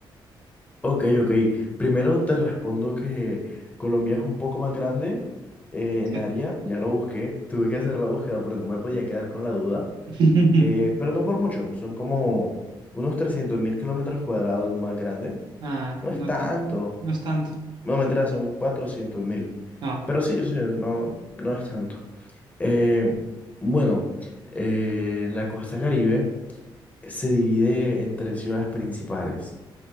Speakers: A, on the left (about 20°); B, on the right (about 60°).
A: Ok, ok. Primero te respondo que Colombia es un poco más grande eh,
B: Sí.
A: en área. Ya lo busqué. Tuve que hacer la búsqueda porque no me podía quedar con la duda.
B: <laughs>
A: Eh, pero no por mucho. Son como unos trescientos mil kilómetros cuadrados más grandes.
B: Ah,
A: No
B: no
A: es tanto.
B: tanto. No es tanto.
A: No, mentira, son cuatrocientos mil.
B: No.
A: Pero sí, o sea, no, no es tanto. Eh, bueno, eh, la costa Caribe se divide en tres ciudades principales.